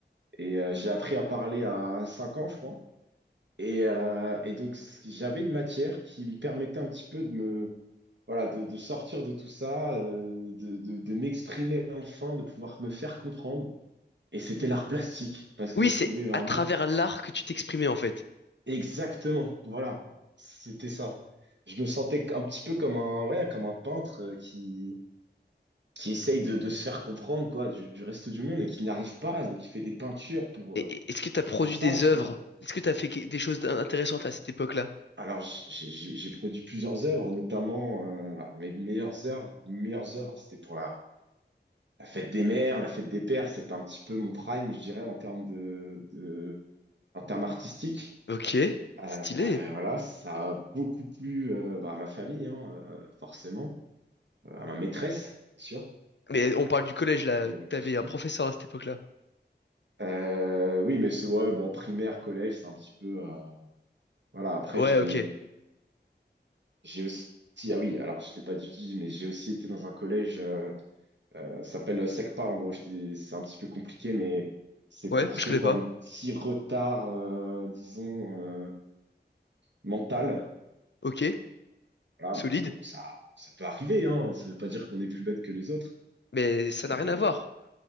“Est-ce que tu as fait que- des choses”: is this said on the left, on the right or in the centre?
Left